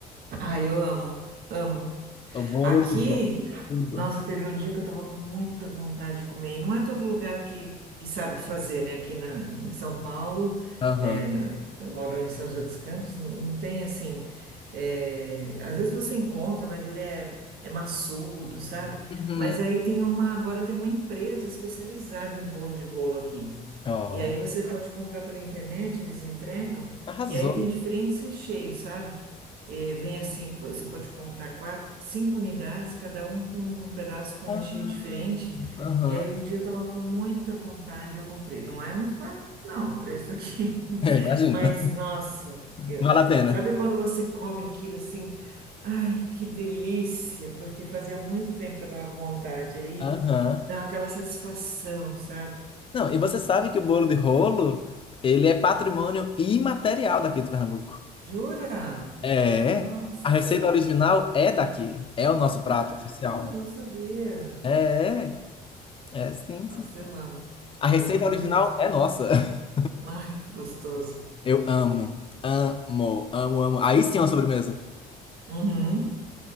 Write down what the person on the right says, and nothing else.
Ah, eu amo, amo.
Aqui,
nossa, teve um dia que eu tava com muita vontade de comer. E não é todo lugar que, que sabe fazer, né? Aqui na, em São Paulo,
é, eu moro em São José dos Campos, não tem assim. é, às vezes você encontra, mas ele é, é maçudo, sabe?
Mas aí tem uma, agora tem uma empresa especializada em bolo de rolo aqui.
E aí você pode comprar pela internet, eles entregam.
E aí tem diferentes recheios, sabe? Eh, vem assim, você pode comprar quatro, cinco unidades, cada um com um pedaço com
um recheio diferente.
E aí um dia eu estava com muita vontade, eu comprei. Não é muito barato, não, o preço aqui.
<laughs> Mas, nossa, eu-
sabe quando você come aquilo assim? Ai, que delícia! Porque fazia muito tempo que eu estava com vontade. Aí
dá aquela satisfação, sabe?
Jura?
Nossa!
Ah,
eu não sabia.
Nossa,
eu amo.
Eu amo
mesmo.
Ai, que gostoso.
Uhum.